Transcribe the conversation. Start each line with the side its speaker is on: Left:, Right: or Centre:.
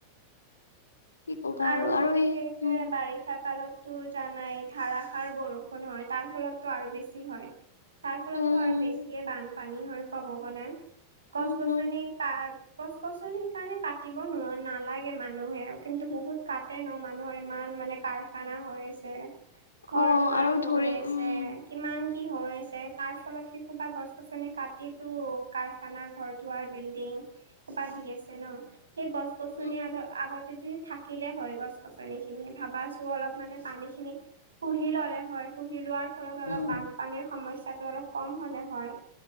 Left: কি কবা
Right: আৰু
Left: এই
Right: সেইটোৱে
Left: উম
Right: বাৰিষা কালতো জানাই ধাৰাসাৰ বৰষুণ হয়, তাৰ ফলত টো আৰু বেছি হয়। তাৰ ফলতটো
Left: উম হম
Right: আৰু বেছিয়ে বানপানী হয় ক'ব গলে। গছ
Left: উম
Right: গছনি
Left: হম
Right: গছ গছনি সেইকাৰণে কাটিব নোৱাৰ নালাগে মানুহে। কিন্তু বহুত কাটে ন মানুহৰ ইমান মানে কাৰখানা হৈ আছে। ঘৰ
Left: অ
Right: দুৱাৰ
Left: আৰু
Right: হৈ
Left: ধৰি
Right: আছে।
Left: উম
Right: কিমান কি হৈ আছে। তাৰ ফলত সেইসোপা গছ গছনি কাটিতো ক খানা, ঘৰ দুৱাৰ, বিল্ডিং সোপা দি আছে ন? সেই গছ গছনি
Left: উম
Right: আগ আগতে যই থাকিলে হয় গছ গছনি খিনি ভাবাছোন অলপ মানে পানী খিনি শুহি ল'লে হয়। শুহি লোৱাৰ ফলত অলপ
Left: উম
Right: বানপানীৰ সমস্যাটো অলপ কম হলে হয়।